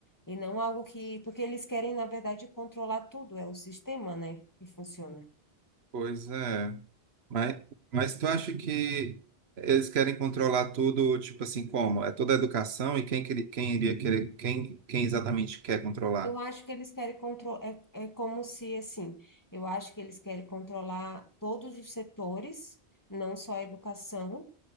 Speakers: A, on the left (about 15°); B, on the right (about 70°).
A: E não algo que, porque eles querem, na verdade, controlar tudo, é o sistema, né? Que funciona.
B: Pois é. Mas, mas tu acha que eles querem controlar tudo, tipo assim, como? É toda a educação e quem, que- quem iria querer, quem, quem exatamente quer controlar?
A: Eu acho que eles querem controlar, é, é como se, assim, eu acho que eles querem controlar todos os setores, não só a educação,